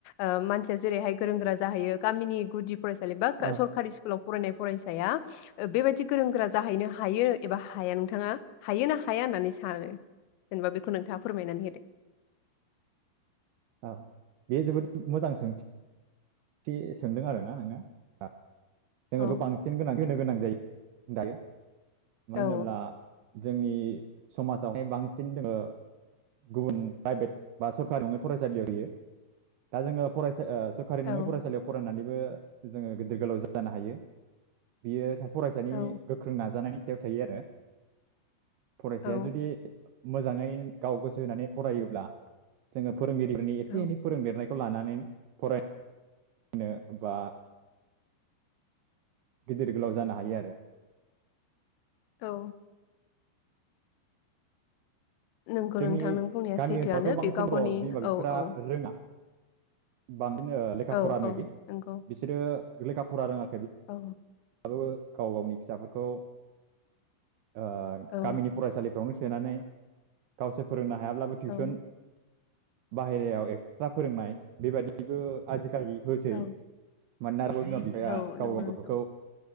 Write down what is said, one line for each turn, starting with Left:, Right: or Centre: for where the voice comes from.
Left: ओ मानसिया जेरैहाय गोरों गोरा जाहैयो गामिनि गुदि फरायसा सालि बा
Right: औ
Left: सरकारि स्कुलाव फरायनाय फरायसाया ओ बेबायदि गोरों गोरा जाहैनो हायो एबा हाया नोंथाङा हायो ना हाया होननानै सानो जेनेबा बेखौ नोंथाङा फोरमायनानै होदो।
Right: औ बे जोबोद मोजां सोंथि थि सोंदों आरोना नोङो ओ। जोङोथ
Left: औ
Right: बांसिन गोनांथि होनो गोनां जायो। दायो मानो
Left: औ
Right: होनोब्ला जोंनि समाजावहाय बांसिन दोङो गुबुन प्राइभेट बा सरकारिआवनो फरायसालियाव होयो दा जोङो फराय ओ सरकारि
Left: औ
Right: नङै फरायसालियाव फरायनानैबो जोङो गिदिर गोलाव जानो हायो बियो सासे फरायसानि
Left: औ
Right: गोख्रों नाजानायनि जो थायो आरो फरायसाया
Left: औ
Right: जुदि मोजाङै गाव गोसो होनानै फरायोब्ला जोङो फोरोंगिरिफोरनि एसे
Left: औ
Right: एनै फोरोंदेरनाय खौ लानानैनो फराय होनो बा गिदिर गोलाव जानो हायो आरो
Left: औ नोंगौ
Right: जोंनि
Left: नोंथां नों बुंनाया
Right: गामि
Left: सैथोआनो
Right: ओनसोलावथ' बांसिन
Left: बे गाव गावनि
Right: र' बिमा बिफाफोरा
Left: औ औ
Right: रोङा बांसिनो लेखा
Left: औ
Right: फरानो
Left: औ
Right: बि
Left: नंगौ
Right: बिसोरो लेखा फरा रोङा
Left: औ
Right: बो गाव गावनि फिसाफोरखौ आ
Left: औ
Right: गामिनि फरायसालिफ्रावनो सोनानै गावसे फोरोंनो हायाब्लाबो टिउसन
Left: औ
Right: बाहेरायाव एक्सट्रा फोरोंनाय बेबायदिबो आजिखालि होसै
Left: औ
Right: मानोना बयबो बिमा बिफाया
Left: औ
Right: गाव
Left: नंगौ
Right: गावनि
Left: नोंथां
Right: गथ'खौ